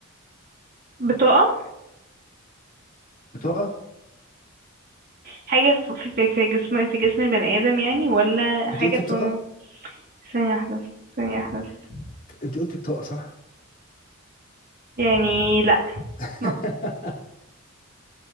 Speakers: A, on the right; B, on the left.
A: بطاقة
B: بطاقه
A: حاجة في في في جسم في جسم البني آدم يعني ولا حاجة
B: انت قلتي
A: في
B: بطاقه
A: المم... ثانية واحدة بس، ثانية واحدة بس.
B: انت قلتي بطاقه صح
A: يعني لأ
B: <laughs>
A: م-